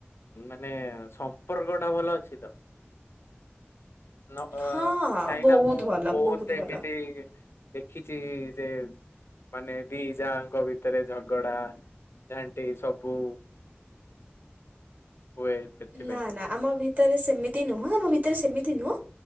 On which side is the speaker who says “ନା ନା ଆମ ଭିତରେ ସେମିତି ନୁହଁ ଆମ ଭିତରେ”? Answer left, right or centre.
Right